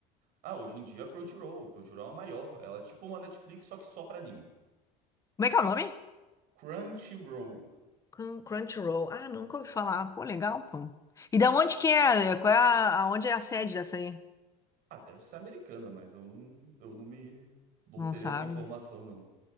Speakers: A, on the right (about 65°); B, on the left (about 20°).
A: Ah, hoje em dia é Crunchyroll. Crunchyroll é a maior. Ela é tipo uma Netflix, só que só pra anime.
B: Como é que é o nome?
A: Crunchyroll.
B: Crun- Crunchyroll. Ah, nunca ouvi falar. Pô, legal, pô. E da onde que é? Qual é a, aonde é a sede dessa aí?
A: Ah, deve ser americana, mas eu não, eu não me, não
B: Não
A: teria
B: sabe.
A: essa informação, não.